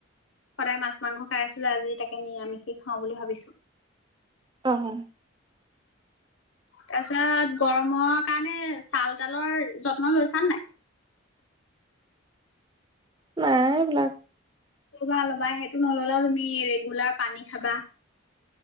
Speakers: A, on the left; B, on the right.
A: সদায় মাছ মাংস খাই আছো যে, আজি তাকে নিৰামিষি খাওঁ বুলি ভাবিছো।
B: অ' হয়।
A: তাপিছত গৰমৰ কাৰণে চাল-তালৰ যত্ন লৈছা নাই?
B: নাই এইবিলাক।
A: ল'বা, ল'বা সেইটো নল'লেও তুমি ৰেগুলাৰ পানী খাবা।